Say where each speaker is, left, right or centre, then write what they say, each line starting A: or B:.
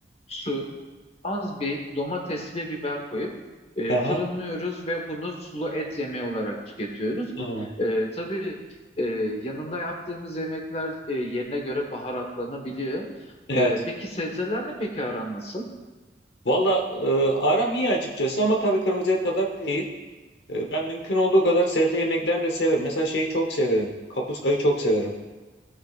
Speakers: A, on the left (about 35°); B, on the left (about 70°).
A: su az bir domates ve biber koyup e,
B: aha,
A: fırınlıyoruz ve bunu sulu et yemeği olarak tüketiyoruz.
B: aha.
A: E, tabii e, yanında yaptığımız yemekler e, yerine göre baharatlanabiliyor.
B: Evet.
A: E, peki sebzelerle peki aran nasıl?
B: Valla e, aram iyi açıkçası ama tabii kırmızı et kadar değil. E, ben mümkün olduğu kadar sebze yemeklerini de severim. Mesela şeyi çok severim. Kapuskayı çok severim.